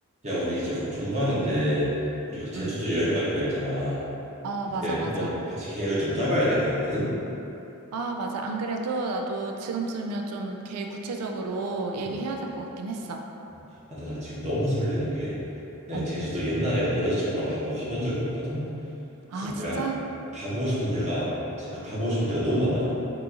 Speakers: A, on the right; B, on the right.
A: 야, 우리 이제 곧 종강인데 우리 그 제주도
B: 응
A: 여행 가기로 했잖아.
B: 어,
A: 이제
B: 맞아, 맞아.
A: 한번 같이 계획을 좀 짜봐야 될 것 같거든.
B: 아, 맞아. 안 그래도 나도 지금쯤이면 좀 계획 구체적으로 얘기해야
A: 음.
B: 될 것 같긴 했어.
A: 어, 아, 근데 나 지금 너무 설레는 게 내
B: 어.
A: 제주도 옛날에 여자친구랑 가보고 가본 적이 없거든. 그래서
B: 아,
A: 내가
B: 진짜?
A: 가보고 싶은 데가 제가 가보고 싶은 데가 너무 많아.